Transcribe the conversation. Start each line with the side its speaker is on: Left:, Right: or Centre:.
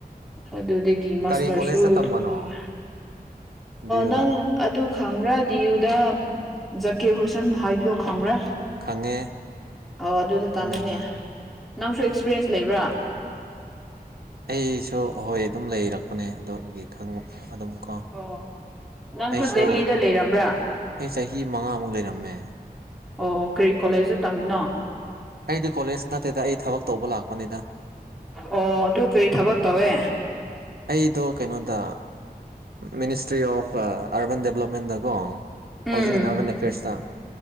Centre: ꯑꯗꯨ ꯑꯗꯒꯤ ꯃꯥꯁꯇꯔꯁꯨ
Right: ꯀꯔꯤ ꯀꯣꯂꯦꯖꯇ ꯇꯝꯕꯅꯣ
Centre: ꯑꯗꯨꯝ ꯇꯧ
Right: ꯗꯤꯌꯨꯗ
Centre: ꯅꯪ ꯈꯪꯕ꯭ꯔꯥ ꯗꯤ ꯌꯨꯗ ꯖꯛꯀꯦ ꯍꯨꯔꯁꯟ ꯍꯥꯏꯕꯤꯗꯣ ꯈꯪꯕ꯭ꯔꯥ
Right: ꯈꯪꯉꯦ
Centre: ꯑ ꯑꯗꯨꯗ
Right: ꯈꯪꯉꯦ
Centre: ꯇꯥꯃꯤꯅꯦ
Right: ꯈꯪꯉꯦ
Centre: ꯅꯪꯁꯨ ꯑꯦꯛꯁꯄꯤꯔꯤꯌꯦꯟꯁ ꯂꯩꯕ꯭ꯔꯥ
Right: ꯑꯩꯁꯨ ꯍꯣꯏ ꯑꯗꯨꯝ ꯂꯩꯔꯛꯄꯅꯦ ꯑꯗꯨꯒꯤ ꯈꯪ ꯑꯗꯨꯝ ꯀꯣ
Centre: ꯑꯣ ꯅꯪꯁꯨ
Right: ꯑꯩꯁꯨ
Centre: ꯗꯦꯂꯤꯗ ꯂꯩꯔꯝꯕ꯭ꯔꯥ
Right: ꯑꯩ ꯆꯍꯤ ꯃꯉꯥꯃꯨꯛ ꯂꯩꯔꯝꯃꯦ
Centre: ꯑꯣ ꯀ꯭ꯔꯤ ꯀꯣꯂꯦꯖꯇ ꯇꯝꯃꯤꯅꯣ
Right: ꯑꯩꯗꯤ ꯀꯣꯂꯦꯖ ꯅꯠꯇꯦꯗ ꯑꯩ ꯊꯕꯛ ꯇꯧꯕ ꯂꯥꯛꯄꯅꯤꯅ
Centre: ꯑꯣ ꯑꯗꯨ ꯀꯔꯤ ꯊꯕꯛ ꯇꯧꯋꯦ
Right: ꯑꯩꯗ ꯀꯩꯅꯣꯗ ꯃꯤꯅꯤꯁꯇ꯭ꯔꯤ ꯑꯣꯐ ꯑꯔꯕꯟ ꯗꯦꯕꯂꯞꯃꯦꯟꯗꯀꯣ
Centre: ꯎꯝ
Right: ꯍꯥꯎꯖꯤꯡ ꯑꯦꯟ ꯑꯥꯔꯕꯟ ꯑꯦꯐꯤꯌꯔꯁꯇ